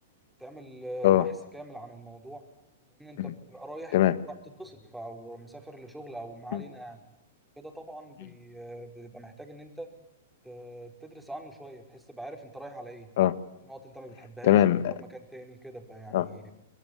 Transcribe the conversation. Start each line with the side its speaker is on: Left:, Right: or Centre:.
Centre: تعمل آه،
Left: اه
Centre: بحث كامل عن الموضوع لان انت
Left: م،
Centre: بتبقى رايح
Left: تمام
Centre: بتتبسط او مسافر لشغل او ما علينا
Left: م،
Centre: يعني كده طبعا بي-
Left: م.
Centre: آه، بيبقى محتاج ان انت ت- تدرس عنه شوية بحيث تبقى عارف انت رايح على ايه
Left: اه
Centre: في نقط انت ما بتحبهاش
Left: تمام
Centre: تختار مكان تاني كده بقى يعني
Left: اه